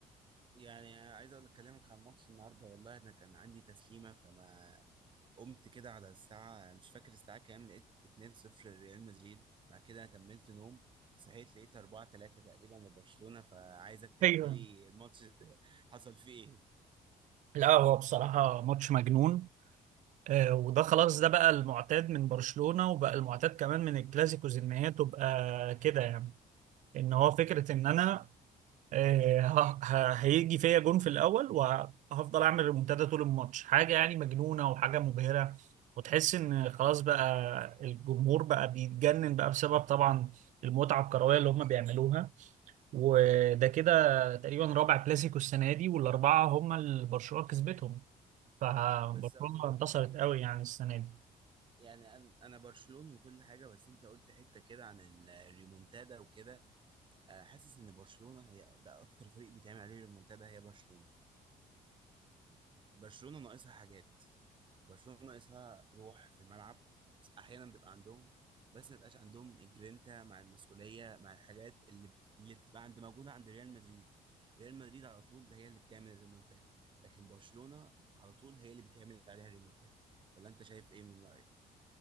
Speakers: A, on the right (about 35°); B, on the right (about 60°).
A: يعني عايز اقول اكلمك عن الماتش النهارده والله انا كان عندي تسليمه فما قمت كده على الساعه مش فاكر الساعه كام لقيت 2-0 لريال مدريد بعد كده كملت نوم صحيت لقيت 4-3 تقريبا لبرشلونه فعايزك تحكي
B: ايوه
A: لي الماتش <laughs> حصل فيه ايه
B: لا هو بصراحة ماتش مجنون آه، وده خلاص ده بقى المعتاد من برشلونة وبقى المعتاد كمان من الكلاسيكوز إن هي تبقى كده يعني إن هو فكرة إن أنا آه، ه- ه- هيجي فيا جون في الاول وهفضل اعمل ريمونتادا طول الماتش حاجه يعني مجنونه وحاجه مبهره وتحس ان خلاص بقى الجمهور بقى بيتجنن بقى بسبب طبعا المتعه الكرويه اللي هم بيعملوها وده كده تقريبا رابع كلاسيكو السنه دي والاربعه هم اللي برشلونه كسبتهم فبرشلونه
A: بس اقول
B: انتصرت قوي يعني السنه دي
A: يعني انا أنا برشلوني وكل حاجه بس انت قلت حته كده عن الريمونتادا وكده آه، حاسس ان برشلونه هي ده اكتر فريق بيتعمل عليه ريمونتادا هي برشلونه برشلونه ناقصها حاجات برشلونه ناقصها روح في الملعب بس احيانا بيبقى عندهم بس ما بيبقاش عندهم الجرينتا مع المسؤوليه مع الحاجات اللي اللي بتبقى عند موجوده عند ريال مدريد ريال مدريد على طول هي اللي بتعمل الريمونتادا لكن برشلونه على طول هي اللي بتعمل عليها الريمونتادا ولا انت شايف ايه من رايك